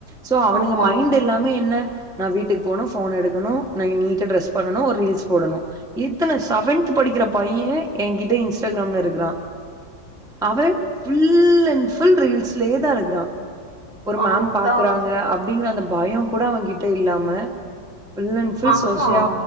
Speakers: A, in the centre; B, on the right.
A: சோ அவனுங்க
B: ஆமா
A: மைண்ட் எல்லாமே என்ன நா வீட்டுக்கு போணு ஃபோன் எடுக்கணு நா நீட்டா ட்ரெஸ் பண்ணணு ஒரு ரீல்ஸ் போடணு எத்தன செவன்த் படிக்கிற பைய எ கிட்ட இன்ஸ்டாகிராம்ல இருக் றா அவ ஃபுல் அண்ட் ஃபுல் ரீல்ஸ்லயேதாருக்குறா ஒரு
B: ஆ
A: மேம்
B: அதா
A: பாக்குறாங்க அப்டிங்கிற அந்த பயம் கூட அவ கிட்ட இல்லாம ஃபுல் அண்ட் ஃபுல்
B: ஆமா,
A: சோசியா